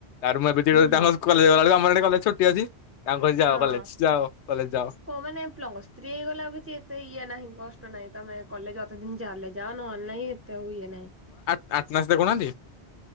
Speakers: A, on the left; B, on the right.
A: ଆରେ ମୁଁ ଏବେ ଚିଡଉଛି
B: ହୁଁ
A: ତାଙ୍କ କଲେଜ ଗଲାବେଳକୁ ଆମର ଏ କଲେଜ ଛୁଟି ଅଛି ତାଙ୍କୁ କହୁଛି ଯାଅ
B: ହଁ।
A: କଲେଜ ଯାଅ। କଲେଜ ଯାଅ।
B: ହଁ ମାନେ ପ୍ଲସ୍ ଥ୍ରୀ ହେଇଗଲା କିଛି ଏତେ ଇଏ ନାହିଁ କଷ୍ଟ ନାହିଁ ତମେ କଲେଜ ଅଧେ ଦିନ ଯାଇଲେ ଯାଅ ନହେଲେ ନାଇଁ ଏତେ ଆଉ ଇଏ ନାହିଁ।
A: ଆଟ୍ନାନ୍ସ ଦେଖୁ ନାହାନ୍ତି?